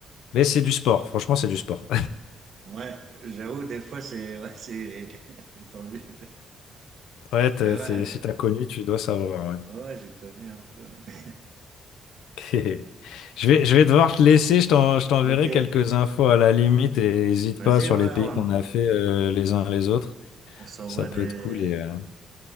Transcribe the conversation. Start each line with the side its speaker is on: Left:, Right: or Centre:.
Left: mais c'est du sport, franchement, c'est du sport.
Right: Ouais, j'avoue, des fois, c'est, ouais, c'est, <laughs> c'est tendu.
Left: Ouais, t'as-
Right: Mais ouais,
Left: c'est- si t'as connu, tu dois savoir. ouais.
Right: ouais, ouais, j'ai connu un peu. ouais.
Left: <laughs> Je vais,
Right: Ouais.
Left: je vais devoir te laisser, je t'en- je t'enverrai
Right: Ok.
Left: quelques infos à la limite et n'hésite
Right: Vas-y,
Left: pas sur
Right: ouais,
Left: les pays
Right: on,
Left: qu'on a fait euh, les uns les autres.
Right: on s'envoie
Left: Ça peut
Right: des,
Left: être cool et euh,